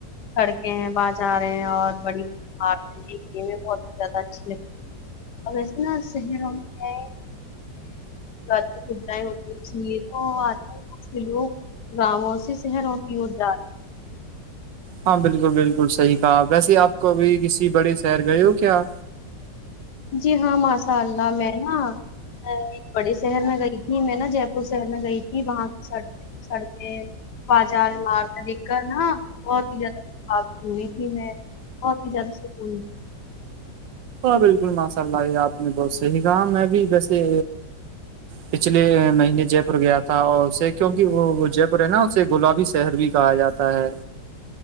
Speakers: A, on the left (about 65°); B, on the right (about 80°).
A: سڑکیں ہیں بازار ہیں اور بڑی بڑار دیکھنے میں بہت زیادہ اچھی لگتی اب اتنا شہروں ہے ری سیں ہوتی س تو آ لوگ گاؤوں سے شہروں کی ادرا
B: ہاں بالکل بالکل صحیح کہا ویسے آپ کوبھی کسی بڑے شہر گئے ہو کیا
A: جی ہاں ماشاء اللہ میں نا ایک بڑے شہر میں گئی تھی میں نا جے پور شہر میں گئی تھی وہاں کی سڑ سڑکیں بازار عمارت دکھ کر نا بہت ہی زیادہابتی ہوئی تھی میں اور پ جاد سے کوئی
B: ہاں بالکل ماشاء اللہ یہ آپ نے بہت صحیح کہا میں بھی ویسے پچھلے مہینے جے پور گیا تھا اور اسے کیوںکہ وہ جے پور ہے نا اسے گلابی شہر بھی کہا جاتا <inaudible> پر